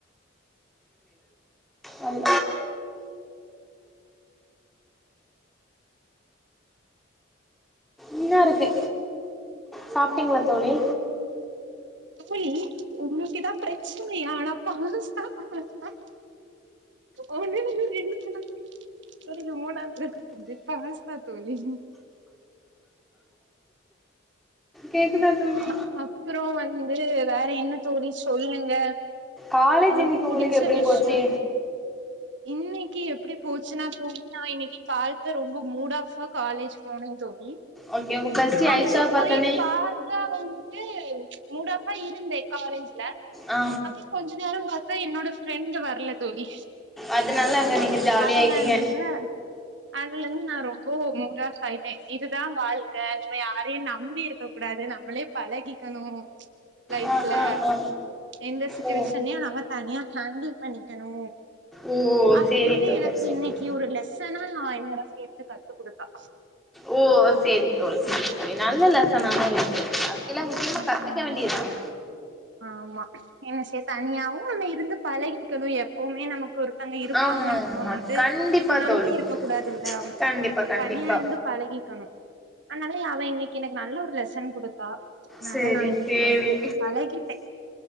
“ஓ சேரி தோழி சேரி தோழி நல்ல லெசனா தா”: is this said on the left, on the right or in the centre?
Centre